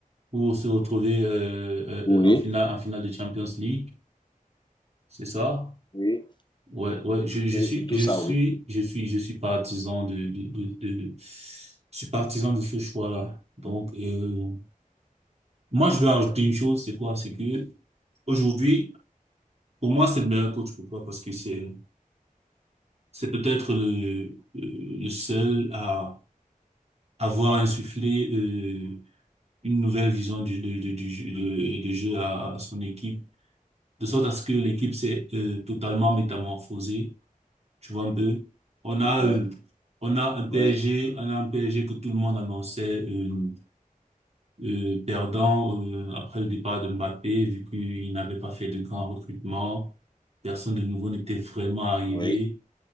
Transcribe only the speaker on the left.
Oui,
oui,
oui,
c'est tout
ça,
oui.
Ouais,
ouais,
oui.